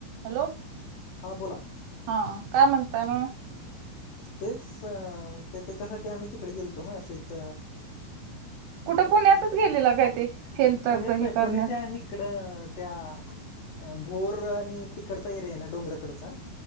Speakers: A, on the right (about 75°); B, on the left (about 75°).
A: Hello.
B: हां बोला.
A: हा. काय म्हणताय मग
B: तेच अ मग त्याच्यासाठी आम्ही तिकडे गेलतो ना शेत
A: कुठं पुण्यातच गेलेलं काय ते? हेल्थच
B: पुण्यात नाही,
A: हे करण्यात
B: पुण्याच्या हिकडं त्या भोर आणि तिकडचा एरिया आहे ना डोंगराकडचा.